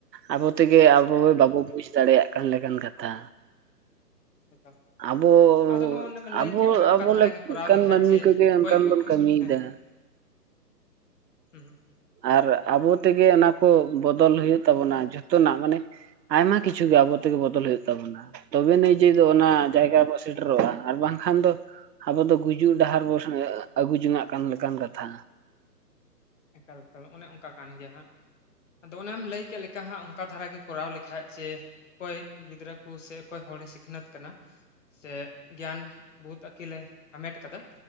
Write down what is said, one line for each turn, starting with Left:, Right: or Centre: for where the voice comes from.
Right: ᱟᱵᱚ ᱛᱮᱜᱮ ᱟᱵᱚ ᱵᱟᱵᱚ ᱵᱩᱡᱽ ᱫᱟᱲᱮᱭᱟᱜ ᱠᱟᱱ ᱞᱮᱠᱟᱱ ᱠᱟᱛᱷᱟ
Left: ᱮᱠᱟᱞ
Right: ᱟᱵᱚ
Left: ᱟᱫᱚ ᱱᱚᱜᱼᱚ ᱚᱱᱮ ᱵᱮᱱ ᱞᱟᱹᱭ
Right: ᱟᱵᱚ
Left: ᱠᱮᱜ ᱚᱱᱮ ᱚᱱᱠᱟ
Right: ᱟᱵᱚ
Left: ᱫᱷᱟᱨᱟ
Right: ᱞᱟᱠᱛᱤᱜ
Left: ᱜᱮ ᱠᱚᱨᱟᱣ
Right: ᱠᱟᱱ
Left: ᱞᱮᱠᱷᱟᱡ
Right: ᱢᱟᱹᱱᱢᱤ
Left: ᱡᱮ
Right: ᱠᱚᱜᱮ
Left: ᱚᱠᱚᱭ
Right: ᱚᱱᱠᱟᱱ
Left: ᱠᱚ
Right: ᱵᱚᱱ
Left: ᱠᱩᱥ
Right: ᱠᱟᱹᱢᱤᱭᱮᱫᱟ
Left: ᱦᱮᱸ ᱦᱮᱸ ᱦᱩᱸ ᱦᱩᱸ
Right: ᱟᱨ ᱟᱵᱚ ᱛᱮᱜᱮ ᱚᱱᱟ ᱠᱚ ᱵᱚᱫᱚᱞ ᱦᱩᱭᱩᱜ ᱛᱟᱵᱚᱱᱟ ᱡᱷᱚᱛᱚᱱᱟᱜ ᱢᱟᱱᱮ ᱟᱭᱢᱟ ᱠᱤᱪᱷᱩ ᱜᱮ ᱟᱵᱚᱛᱮᱜᱮ ᱵᱚᱫᱚᱞ ᱦᱩᱭᱩᱜ ᱛᱟᱵᱚᱱᱟ ᱛᱚᱵᱮ ᱱᱤᱡᱮ ᱫᱚ ᱚᱱᱟ ᱡᱟᱭᱜᱟ ᱵᱚ ᱥᱮᱴᱮᱨᱚᱜᱼᱟ ᱟᱨ ᱵᱟᱝᱠᱷᱟᱱ ᱫᱚ ᱟᱵᱚ ᱫᱚ ᱜᱩᱡᱩᱜ ᱰᱟᱦᱟᱨ ᱵᱚᱱ ᱟᱹᱜᱩ ᱡᱚᱝᱟᱜ ᱠᱟᱱ ᱞᱮᱠᱟᱱ ᱠᱟᱛᱷᱟ
Left: ᱮᱠᱟᱞ ᱮᱠᱟᱞ ᱚᱱᱮ ᱚᱝᱠᱟ ᱠᱟᱱ ᱜᱮᱭᱟ ᱦᱟᱸᱜ ᱟᱫᱚ ᱚᱱᱮᱢ ᱞᱟᱹᱭ ᱠᱮᱫ ᱞᱮᱠᱟ ᱦᱟᱸᱜ ᱚᱱᱠᱟ ᱫᱷᱟᱨᱟ ᱜᱮ ᱠᱚᱨᱟᱣ ᱞᱮᱠᱷᱟᱡ ᱡᱮ ᱚᱠᱚᱭ ᱜᱤᱫᱽᱨᱟᱹ ᱠᱚ ᱥᱮ ᱚᱠᱚᱭ ᱦᱚᱲᱮ ᱥᱤᱠᱷᱱᱟᱹᱛ ᱠᱟᱱᱟ ᱥᱮ ᱜᱮᱭᱟᱱ ᱵᱩᱫ ᱟᱹᱠᱤᱞᱮ ᱦᱟᱢᱮᱴ ᱟᱠᱟᱫᱟ